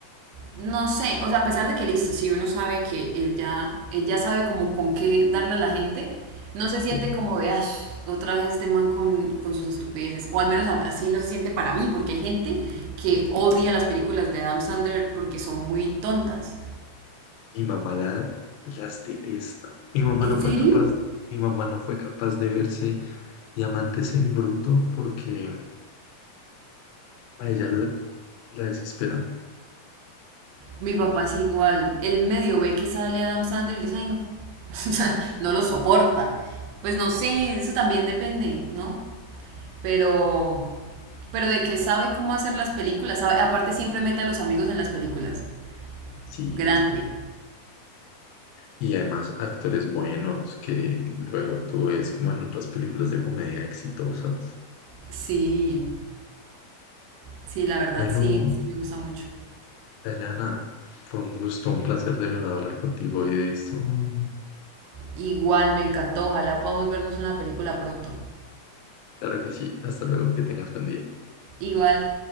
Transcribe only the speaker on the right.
no sé, o sea, a pesar de que listo, si uno sabe que él ya, él ya sabe como con qué darle a la gente, no se siente
como de, "Ay, otra vez este man con, con sus estupideces, o al menos a- así no se siente para mí, porque hay gente que odia las películas de Adam Sandler porque son muy tontas.
¿En
serio?
Mi papá es igual, él medio ve que sale Adam Sandler y dice, ay no, <laughs> o sea, no lo soporta. Pues no sé, eso también depende, ¿no? Pero, pero de que sabe cómo hacer las películas, sabe, aparte siempre mete a los amigos en las películas.
Grande.
Sí, sí, la verdad
sí, sí me gusta mucho.
Igual, me encantó, ojalá podamos vernos una película pronto.
Igual.